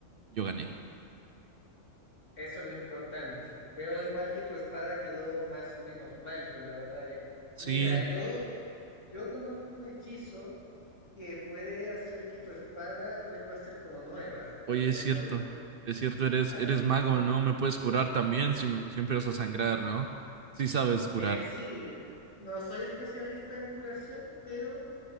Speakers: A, on the right; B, on the left.
A: yo gané.
B: Eso es lo importante. Veo igual que tu espada quedó más o menos mal con la batalla.
A: Sí,
B: Mira, yo, yo conozco un hechizo que puede hacer que tu espada vuelva a ser como nueva junto
A: oye,
B: con
A: es
B: tu armadura.
A: cierto. Es cierto, eres,
B: Así
A: eres mago,
B: que
A: ¿no? Me puedes curar también si, si empiezas a sangrar, ¿no? Sí sabes curar.
B: eh, sí, no soy especialista en curación, pero